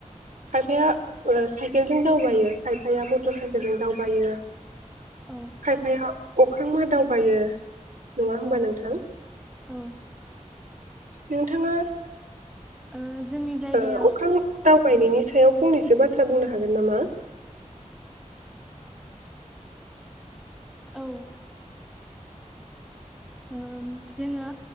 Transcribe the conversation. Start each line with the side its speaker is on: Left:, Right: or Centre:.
Right: खायफाया ओ साइकेलजों दावबायो खायफाया मटर साइकेलजों दावबायो।
Centre: औ
Right: खायफाया अख्रां मा दावबायो नङा होमबा
Centre: औ
Right: नोंथां?
Centre: औ
Right: नोंथाङा
Centre: ओ जोंनि जायगायाव
Right: ओ अख्रां दावबायनायनि सायाव फंनैसो बाथ्रा बुंनो हागोन नामा?
Centre: औ जोङो